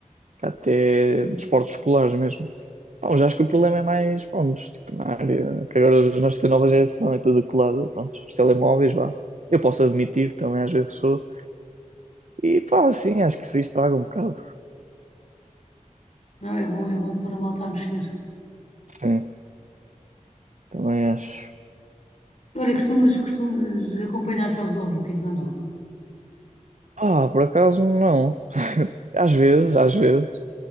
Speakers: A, on the right (about 65°); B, on the left (about 60°).
A: Até
B: eh,
A: de esportes escolares mesmo. Pá, já acho que o problema é mais, pronto, tipo, na área, que agora os- nós temos nova geração é tudo colado, pronto, os telemóveis, vá. Eu posso admitir, também às vezes sou. E pá, sim, acho que isso estraga um bocado.
B: não é bom, é bom pôr a malta a mexer.
A: Sim, também acho.
B: Olha, costumas, costumas acompanhar os Jogos Olímpicos ou não?
A: Pá, por acaso não. <laughs> Às vezes, às vezes.